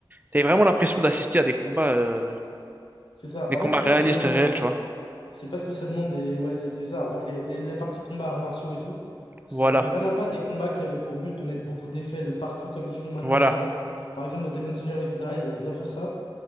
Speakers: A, on the right; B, on the left.
A: t'avais vraiment l'impression d'assister à des combats, euh,
B: c'est ça.
A: des
B: En
A: combats
B: fait, c'est pas
A: réalistes,
B: spécialement.
A: et réels, tu vois.
B: C'est pas spécialement des. Ouais, c'était ça. En fait, les, les- la partie combat, arts martiaux et tout, c'était
A: Voilà,
B: vraiment pas des combats qui avaient pour but de mettre beaucoup d'effets de partout comme ils font maintenant.
A: voilà.
B: euh, par exemple, dans Demon Slayer, etc., ils aiment bien faire ça.